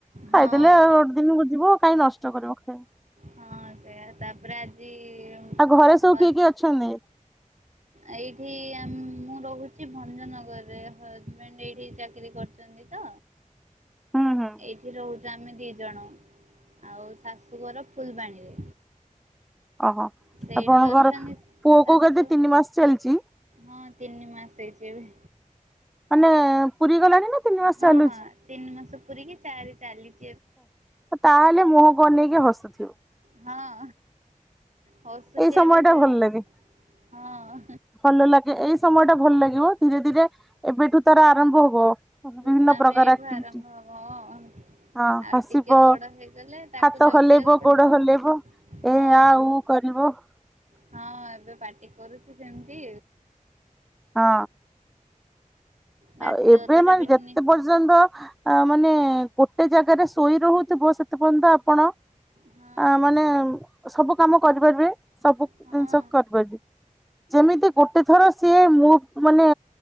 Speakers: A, on the right (about 60°); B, in the centre.
A: ହଁ
B: ଖାଇଦେଲେ ଆଉ ଗୋଟେ ଦିନକୁ ଯିବ କାଇଁ ନଷ୍ଟ କରିବ ଖାଇବା
A: ହଁ ସେ ଆ ତାପ୍ ରେ ହ
B: ଆଉ ଘରେ ସବୁ କିଏ କିଏ ଅଛନ୍ତି?
A: ଏଇଠି ଆମ୍ ମୁଁ ରହୁଛି ଭଞ୍ଜନଗରରେ ହଜବେଣ୍ଡ ଏଇଠି ଚାକିରୀ କରିଛନ୍ତି ତ।
B: ହୁଁ ହୁଁ
A: ଏଇଠି ରହୁଛୁ ଆମେ ଦି ଜଣ ଆଉ। ଶାଶୁଘର ଫୁଲବାଣୀରେ।
B: ଓହୋ
A: ସେଇଠି
B: ଆପଣଙ୍କର
A: ଅଛନ୍ତି
B: ପୁଅ
A: ଶାଶୁ
B: କୁ କେତେ ତିନି ମାସ ଚାଲିଛି
A: ହଁ ତିନି ମାସ ହେଇଛି ଏବେ
B: ମାନେ ପୁରୀ ଗଲାଣି ନା ତିନି ମାସ
A: ହଁ
B: ଚାଲୁଛି?
A: ହଁ ତିନି ମାସ ପୁରିକି ଚାରି ଚାଲିଚି
B: ତାହେଲେ ମୁହଁକୁ ଅନେଇକି ହସୁଥିବ ।
A: ହଁ ହସୁଛି
B: ଏଇ ସମୟ
A: ଏବେ
B: ଟା
A: ସେ
B: ଭଲ ଲାଗେ
A: ହଁ
B: ଭଲ ଲାଗେ ଏଇ ସମୟ ଟା ଭଲ ଲାଗିବ ଧୀରେ ଧୀରେ ଏବେଠୁ ର ଆରମ୍ଭ ହବ ବିଭିନ୍ନ
A: ଦୁଷ୍ଟାମି
B: ପ୍ରକାର
A: ଏଇଠୁ
B: ଆକ୍ଟିଭିଟି
A: ଆରମ୍ଭ ହବ ହଁ
B: ହଁ
A: ଆଉ
B: ହସିବ
A: ଟିକେ ବଡ ହେଇଗଲେ ତାକୁ
B: ହାତ
A: ଜଗିବାକୁ
B: ହଲେଇବ
A: ପଡିବ
B: ଗୋଡ ହଲେଇବ
A: ହଁ
B: ଏ ଆ ଉ <unintelligible>
A: ହଁ ଏବେ ପାଟି କରୁଛି ସେମିତି
B: ହଁ
A: ରାତି
B: ଆଉ ଏବେ
A: ଅଧରେ
B: ମାନେ
A: ବି
B: ଯେତେ
A: ନି
B: ପର୍ଯ୍ୟନ୍ତ ଅ ମାନେ ଗୋଟେ ଜାଗାରେ ଶୋଇ ରହୁଥିବ ସେତେ ପର୍ଯ୍ୟନ୍ତ ଆପଣ
A: ହଁ
B: ଆ ମାନେ ସବୁ କାମ କରିପାରିବେ, ସବୁ ଜିନିଷ
A: ହଁ
B: କରିପାରିବେ। ଯେମିତି ଗୋଟେ ଥର ସିଏ ମୁଁ ମାନେ